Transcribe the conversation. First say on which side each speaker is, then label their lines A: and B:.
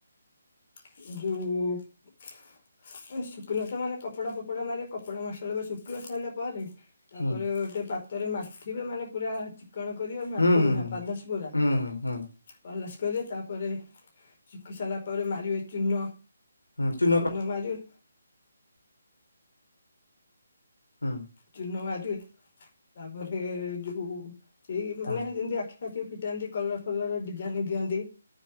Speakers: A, on the left (about 40°); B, on the left (about 70°).
A: ଯଉଁ। ଏ ଶୁଖିଲା ସମାନେ କପଡା ଫପଡା ମାରିକେ କପଡା ମାସେଲା ପରେ ଶୁଖିବ ସାରିଲା ପରେ। ତାପରେ
B: ହୁଁ
A: ଗୋଟେ ପାତରେ ମାଠିବେ ମାନେ ପୁରା। କଣ କରିବେ ମାଠିକିନା
B: ହୁଁ ହୁଁ ହୁଁ
A: ପାଲାସ ପୁରା।
B: ହୁଁ ହୁଁ ହୁଁ
A: ପାଲାସ କରିବେ ତାପରେ ଶୁଖି ସାରିଲା ପରେ ମାରିବେ ଚୂନ।
B: ହୁଁ ଚୂନ
A: ଚୁନ
B: କ-
A: ମାରିବେ।
B: ହୁଁ।
A: ଚୁନ ମାରିବେ ତାପରେ ଯୋଉ ସେଇ ମାନେ
B: ହଁ
A: ଯେମତି। ଆଖି ପାଖି ଫିଟାନ୍ତି କଲର ଫଲର ଡିଜାଇନ ଦିଅନ୍ତି।